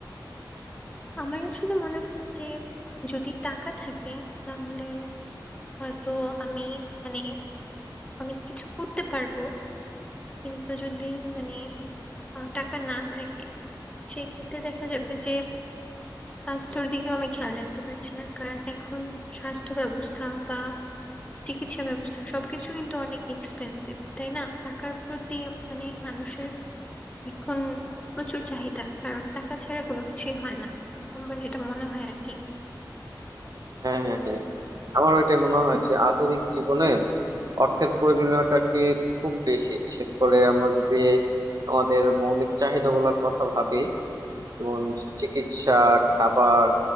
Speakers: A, on the left; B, on the right.
A: আমার আসলে মনে হয় যে যদি টাকা থাকে তাহলে হয়তো আমি মানে অনেক কিছু করতে পারবো কিন্তু যদি মানে আহ, টাকা না থাকে সেক্ষেত্রে দেখা যাবে যে স্বাস্থ্যের দিকেও আমি খেয়াল রাখতে পারছি না কারণ এখন স্বাস্থ্য ব্যবস্থা বা চিকিৎসা ব্যবস্থা সবকিছু কিন্তু অনেক এক্সপেন্সিভ তাই না টাকার প্রতি মানে মানুষের এখন প্রচুর চাহিদা কারণ টাকা ছাড়া কোনো কিছুই হয় না আমার যেটা মনে হয় আর কি
B: হ্যাঁ হ্যাঁ হ্যাঁ আমার ওইটাই মনে হয় যে আধুনিক জীবনে অর্থের প্রয়োজনীয়তা কি খুব বেশি বিশেষ করে আমরা যদি আমাদের মৌলিক চাহিদা গুলার কথা ভাবি যেমন চিকিৎসা খাবার